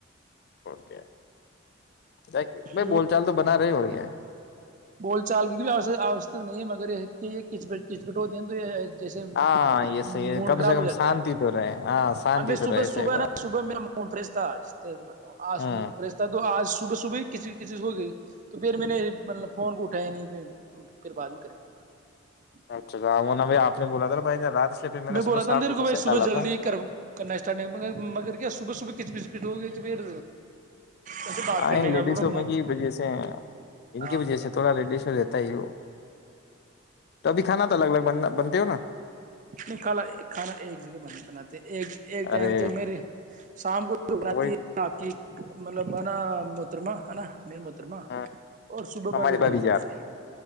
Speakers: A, on the left; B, on the right.
A: کیا بھائی
B: رو
A: بول چال تو بنا رہے ہو رہ گ <unintelligible>
B: بول چال کی بھی آتا نہیں ہے مگر یہ کچٹ کچپٹ ہوتی ہے تو یہ جیسے موڈ
A: ہاں یہ صحیح ہے کم
B: خراب
A: سے کم
B: ہو جاتا
A: شانتی
B: ہے
A: تو رہے ہاں شانتی
B: ابھی میں صبح
A: تو رہے
B: صبح
A: صحیح بات
B: نا صبح
A: ہے
B: میرا موڈ فریش تھا آج تے کو بتاؤ آج
A: ہوں
B: موڈ فریش تھا تو آج صبح صبح کسی کسی ہو گئی تو پھر میں نے مطلب فون کو اٹا نہیں پھر بعد میں کریں گے بات
A: اچھا بھائی آپ نے بولا تھا بھائی جان رات اس لیے پھر نے
B: میں
A: صبح
B: بولا
A: سات
B: تھا دیر کو
A: میسج
B: بائی صبح
A: ڈالا
B: جلدی
A: تھا
B: کرنا اسٹارٹ نہیں مگر کیا صبح صبح کچ بج پیٹ ہوگئی پھر کیسے بات
A: ہاں
B: کرنے
A: ان
B: کا
A: لیڈی
B: تھوڑا
A: شو کی وجہ سے
B: موڈ
A: ان کی وجہ سے تھوڑا رڈی شو رہتا ہی وہ تو ابھی کھانا تو الگ الگن بن ہوا
B: نہیں کھالا کھانا ایک جگہ بناتے ایک ایک
A: ارے
B: ٹائم تو میر شام کو بناتی
A: وہی
B: ہے آپ کی مطلب مانا محترمہ ہے نا میرے محترما
A: آ،
B: اور صبح
A: ہماری
B: بابھی
A: بھابھی
B: جان بناتی ہے